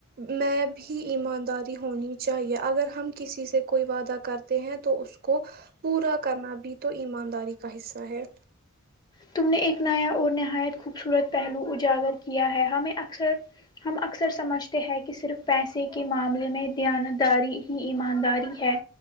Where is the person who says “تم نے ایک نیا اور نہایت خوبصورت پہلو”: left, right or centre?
Left